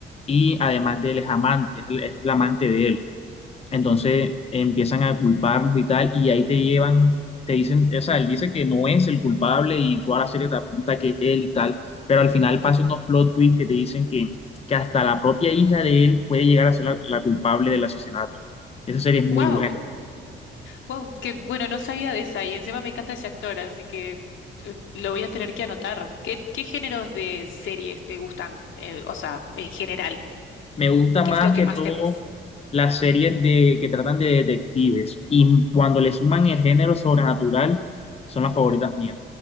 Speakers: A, on the left; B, on the left.
A: y además de él es amante, es el, es la amante de él. Entonces empiezan a culparnos y tal, y ahí te llevan, te dicen, o sea, él dice que no es el culpable y toda la serie te apunta que es él y tal, pero al final pasan unos plot twists que te dicen que, que hasta la propia hija de él puede llegar a ser la, la culpable del asesinato. Esa serie es
B: Wow,
A: muy buena.
B: wow, que bueno, no sabía de esa y encima me encanta ese actor, así que eh, lo voy a tener que anotar. ¿Qué, qué géneros de series te gustan? Eh, o sea, en general,
A: Me gusta
B: ¿qué
A: más
B: es lo que
A: que
B: más
A: todo
B: te ves?
A: las series de, que tratan de detectives y cuando le suman
B: Mm,
A: el género sobrenatural son las favoritas mías.